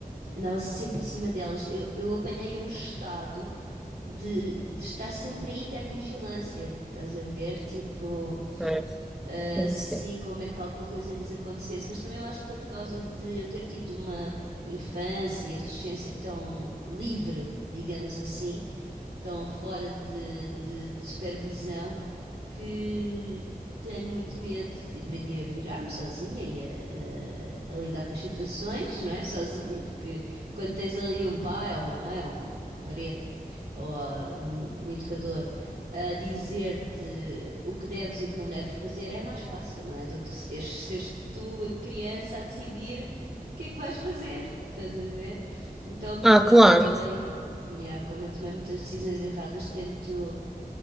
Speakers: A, on the right; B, in the centre.
A: Andava sempre em cima delas. Eu, eu apanhei um estado de, de estar sempre em hipervigilância, estás a ver? Tipo.
B: Pois,
A: Uh,
B: sim,
A: sim,
B: sim.
A: com medo que alguma coisa lhes acontecesse, mas também eu acho que foi por causa de eu ter tido uma infância e adolescência tão livre, digamos assim, tão fora de, de- de supervisão, que tenho muito medo. de- Aprendi a virar-me sozinha e a, a- a lidar com as situações, não é? Sozinha, porque quando tens ali um pai ou uma mãe ou um parente ou a um, um educador a dizer-te o que deves e o que não deves fazer é mais fácil, não é? Do que seres, seres tu, a criança, a decidir o que é que vais fazer, estás a ver? Então, como
B: Ah, claro.
A: eu tomei, nhá, como eu tomei muitas decisões erradas, tento